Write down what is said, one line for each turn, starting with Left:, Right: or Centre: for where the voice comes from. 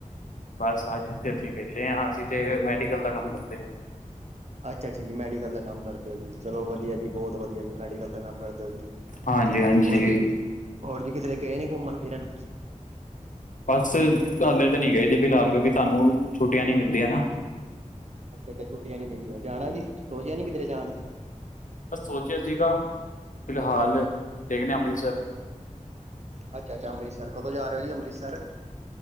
Left: ਬਸ ਅੱਜ ਇਥੇ ਅਸੀਂ ਵਿਹਲੇ ਹਾਂ ਅਸੀਂ ਤੇ ਮੈਡੀਕਲ ਦਾ ਕੰਮ ਕਰਦੇ ਹਾਂ
Right: ਅੱਛਾ ਅੱਛਾ ਜੀ ਮੈਡੀਕਲ ਦਾ ਕੰਮ ਕਰਦੇ ਹੋ ਜੀ ਚਲੋ ਵਧੀਆ ਜੀ ਬਹੁਤ ਵਧੀਆ ਜੀ ਮੈਡੀਕਲ ਦਾ ਕੰਮ ਕਰਦੇ ਹੋ ਜੀ
Left: ਹਾਂਜੀ ਹਾਂਜੀ
Right: ਹੋਰ ਜੀ ਹੋਰ ਵੀੀ ਕਿਧਰੇ ਗਏ ਨੀ ਘੁੰਮਣ ਫਿਰਨ
Left: ਬਸ ਕੱਲਦੇ ਤਾਂ ਨੀ ਗਏ ਸੀੀ ਫਿਲਹਾਲ ਕਿਉਂਕਿ ਤੁਹਾਨੂੰ ਛੁੱਟੀਆਂ ਨੀ ਮਿਲਦੀਆਂ ਨਾ
Right: ੱਥੇ ਤਾਂ ਛੁੱਟੀਆਂ ਨੀ ਮਿਲਦੀਆਂ ਜਾਣਾ ਜੀ ਸੋਚਿਆ ਨੀ ਕਿਧਰੇ ਜਾਣ
Left: ਬਸ ਸੋਚਿਆ ਸੀਗਾ ਫਿਲਹਾਲ ਦੇਖਣੇ ਅੰਮ੍ਰਿਤਸਰ
Right: ਅੱਛਾੱਛਾੰ੍ਰਿਤਸਰ ਕੋਂ ਜਾ ਰਹੇ ਜੀ ਅੰਮ੍ਰਿਸਰ